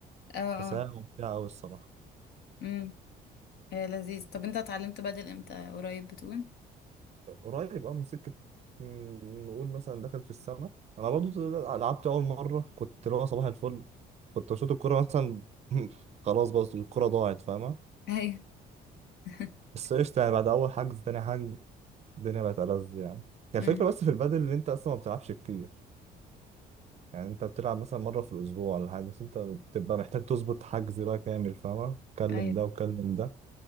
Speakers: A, on the left; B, on the right.
A: اه
B: بس
A: اه
B: هي ممتعه قوي الصراحه
A: امم هي لذيذ طب انت اتعلمت بادل امتى قريب بتقول
B: قريب اه من سكة مم، نقول مثلا دخل في السنة أنا برضو لعبت أول مرة كنت اللي هو صباح الفل كنت بشوط الكورة مثلا <laughs> خلاص بس الكورة ضاعت فاهمة
A: ايوه <laughs>
B: بس قشطة يعني بعد أول حجز تاني حجز الدنيا بقت ألذ يعني كان
A: امم
B: الفكرة بس في البادل إن أنت أصلا ما بتلعبش كتير يعني أنت بتلعب مثلا مرة في الأسبوع ولا حاجة بس أنت بتبقى محتاج تظبط حجز بقى كامل فاهمة كلم
A: ايوه
B: ده وكلم ده